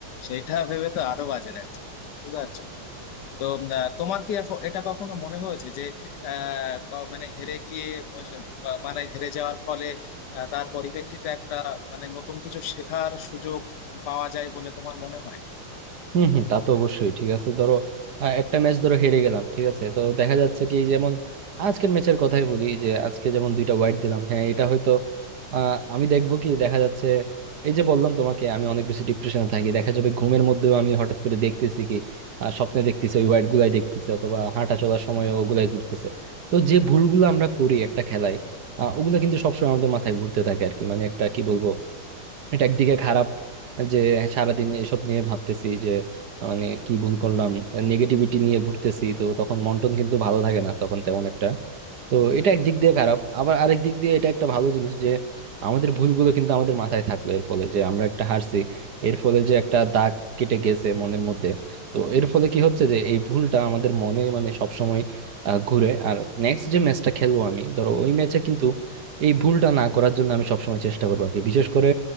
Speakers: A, on the left; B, on the right.
A: সেইটা ভেবে তো আরো বাজে লাগছে বুঝতে পারছো তো উম, আহ, তোমার কি এখ- এটা কখনো মনে হয়েছে যে আহ, ক- মানে হেরে গিয়ে বা- মানে হেরে যাওয়ার ফলে আহ, তার পরিপ্রেক্ষিতে একটা মানে নতুন কিছু শেখার সুযোগ পাওয়া যায় বলে তোমার মনে হয়
B: হম হম তা তো অবশ্যই ঠিক আছে ধরো আহ, একটা ম্যাচ ধরো হেরে গেলাম ঠিক আছে তো দেখা যাচ্ছে কি যেমন আজকের ম্যাচের কথাই বলি যে আজকে যেমন দুইটা ওয়াইড দিলাম হ্যাঁ এটা হয়তো আহ, আমি দেখবো কি দেখা যাচ্ছে এই যে বললাম তোমাকে আমি অনেক বেশি ডিপ্রেশনে থাকি দেখা যাবে ঘুমের মধ্যেও আমি হঠাৎ করে দেখতেছি কি আহ, স্বপ্নে দেখতেছি ওই ওয়াইড গুলাই দেখতেছি অথবা হাঁটা চলার সময় ওগুলাই ঘুরতেছে তো যে ভুলগুলো আমরা করি একটা খেলায় আহ, ওগুলো কিন্তু সবসময় আমাদের মাথায় ঘুরতে থাকে আর কি মানে একটা কি বলবো এটা একদিকে খারাপ যে সারাদিন এসব নিয়ে ভাবতেছি যে মানে কি ভুল করলাম নেগেটিভিটি নিয়ে ঘুরতেছি তো তখন মন টন কিন্তু ভালো থাকে না তখন তেমন একটা তো এটা একদিক দিয়ে খারাপ আবার আরেক দিক দিয়ে এটা একটা ভালো জিনিস যে আমাদের ভুলগুলো কিন্তু আমাদের মাথায় থাকলো এর ফলে যে আমরা একটা হারছি এর ফলে যে একটা দাগ কেটে গেছে মনের মধ্যে তো এর ফলে কি হচ্ছে যে এই ভুলটা আমাদের মনে মানে সবসময় আহ, ঘুরে আর নেক্সট যে ম্যাচটা খেলবো আমি ধরো ওই ম্যাচে কিন্তু এই ভুলটা না করার জন্য আমি সবসময় চেষ্টা করবো আর কি বিশেষ করে